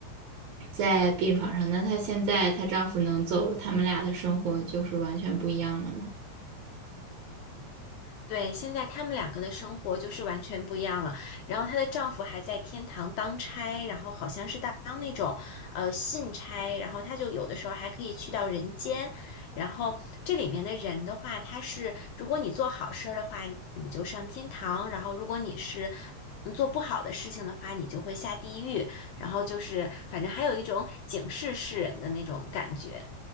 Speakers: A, on the right; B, on the left.
A: 在病床上，那她现在她丈夫能走了，他们俩的生活就是完全不一样了吗？
B: 对，现在他们两个的生活就是完全不一样了。然后她的丈夫还在天堂当差，然后好像是当那种呃信差，然后她就有的时候还可以去到人间。然后这里面的人的话，他是如果你做好事儿的话，你就上天堂；然后如果你是嗯做不好的事情的话，你就会下地狱。然后就是反正还有一种警示世人的那种感觉。